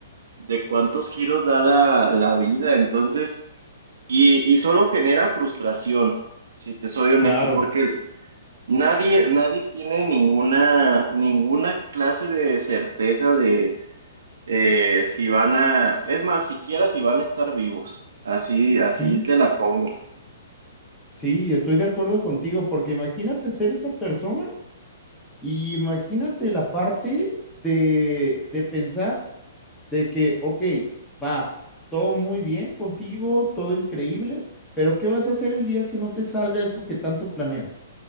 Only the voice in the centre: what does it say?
Claro.
Sí,
sí, estoy de acuerdo contigo, porque imagínate ser esa persona Y imagínate la parte de, de pensar de que, ok, va, todo muy bien contigo, todo increíble, pero ¿qué vas a hacer el día que no te salga eso que tanto planeas?